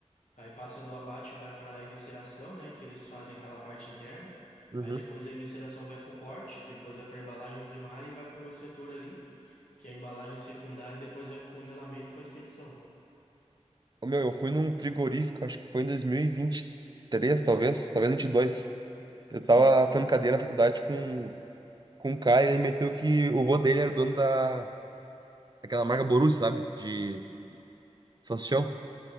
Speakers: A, on the left; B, on the right.
A: Aí passa do abate, vai para a evisceração, né? Que eles fazem aquela parte interna.
B: Uhum.
A: Aí depois da evisceração vai para o corte, depois vai para a embalagem primária e vai para o meu setor ali, que é a embalagem secundária, e depois vai para o congelamento e para a expedição.
B: Ô, meu, eu fui num frigorífico, acho que foi em dois mil e e vinte e três talvez, talvez vinte e dois Eu
A: Sim,
B: tava fazendo cadeira na faculdade com, com um cara e ele meteu que o vô dele era dono da, daquela marca Borussia, sabe? De salsichão.